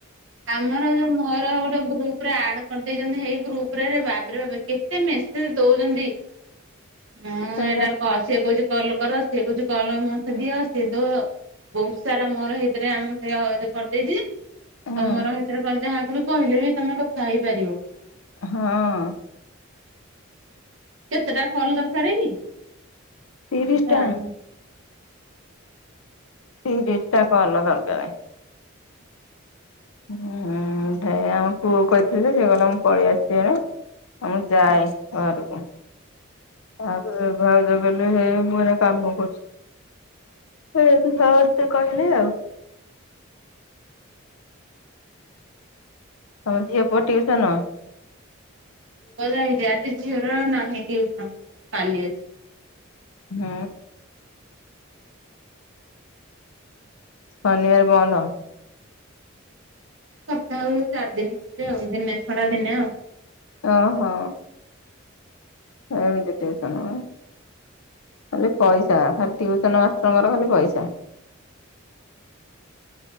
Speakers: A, on the right; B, on the left.
A: ଆମର ଯୋଉ ମହିଳା ଗୋଟେ ଗୃପ୍ ପୁରା ଆଡ଼୍‌ କରିଦେଇଚନ୍ତି ହେଇ ଗ୍ରୁପ୍ ରେ ବାପ୍ ରେ ବାପ୍ କେତେ ମେସେଜ୍‌ ଦଉଚନ୍ତି। ହଁ
B: ସେଇରା
A: ଏଟାର୍ ତ ସିଏ କଉଚି କଲ୍ କର ସେ କଉଚି କଲ୍ ମତେ ଦିଅ ସେ <inaudible> ବହୁତ୍ ସାରା ମୋର ହେଇତିରେ ଆମ ପୁରା ଯୋ କରିଦେଇଚି।
B: ହଁ
A: ତମର ହେଇଟିରେ କର୍ ଯାହାକୁ ବି କହିଲେ ବି ତମେ କଥା ହେଇପାରିବ।
B: ହଁ
A: କେତେଟା କଲ୍‌ ଦର୍କାରେ କି?
B: ତିରିଶ୍
A: ଜାଣିନି
B: ଟା। ତିରିଶ୍ ଟା କଲ୍ ଦର୍କାରେ। ହୁଁ ଭାଇ ଆମ ପୁଅକୁ କହିଥିଲେ ଯେ ସିଏ କଇଲା ମୁଁ ପଳେଇଆସିଚି ଏବେ। ହଉ ମୁଁ ଯାଏ ଘରକୁ। ତାପରେ ଭାଉଜ କଇଲେ ହେ ମୁଁ ଏଇନେ କାମ କରୁଚି। ଏମିତି ସମସ୍ତେ କହିଲେ ଆଉ। ତମ ଝିଅ ପୁଅ ଟିଉସନ?
A: ପୁଅଯାଇଚି ଆଜି ଝିଅର ନାହିଁ ଟିଉସନ୍ କାଲି ଅଛି।
B: ହୁଁ। ଶନିବାରେ ବନ୍ଦ।
A: ସପ୍ତାହରୁ ଚାରି ଦିନ ଛି ଆଉ ଦିନେ ଛଡା ଦିନେ ଆଉ।
B: ଓହୋ ଏମିତି ଟିଉସନ୍। ଖାଲି ପଇସା ଖାଲି ଟିଉସନ ମାଷ୍ଟରଙ୍କର ଖାଲି ପଇସା।